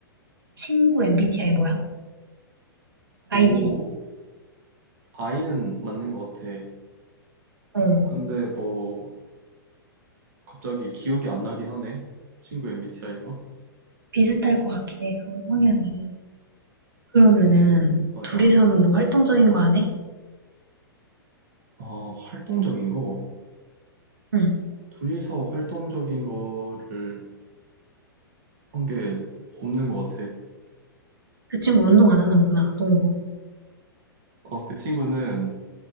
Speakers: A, on the right; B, on the right.
A: 친구 MBTI 뭐야?
B: 오,
A: i 지
B: 아이는 맞는 것 같아.
A: 응.
B: 근데 뭐 갑자기 기억이 안 나긴 하네. 친구 MBTI가.
A: 비슷할 것 같긴 해, 서로 성향이. 그러면은
B: 음, 맞아.
A: 둘이서는
B: 어.
A: 뭐 활동적인 거 안 해?
B: 아, 활동적인 거.
A: 응.
B: 둘이서 활동적인 거를 한 게 없는 것 같아.
A: 그 친구 운동 안 하는구나, 농구.
B: 어, 그 친구는